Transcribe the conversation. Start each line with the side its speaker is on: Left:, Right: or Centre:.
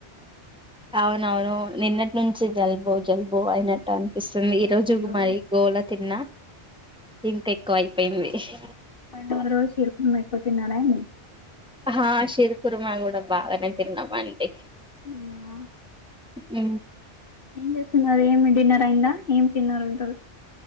Centre: అవునవును నిన్నటి నుంచి జలుబు జలుబు అయినట్టు అని పిస్తుంది ఈ రోజు
Left: అయ్యో
Centre: మరి గోల తిన్నా ఇంత ఎక్కువ అయిపోయింది. ఇష్
Left: పండుగ రోజు ఇరుపం అయిపోతున్నారయి
Centre: ఆ సిరి కుర్మా కూడా బాగానే తిన్నాం అండి
Left: మ్
Centre: మ్
Left: ఏం చేస్తున్నారు ఏమి డిన్న టయిందా ఏం తిన్నారు ఈరోజు?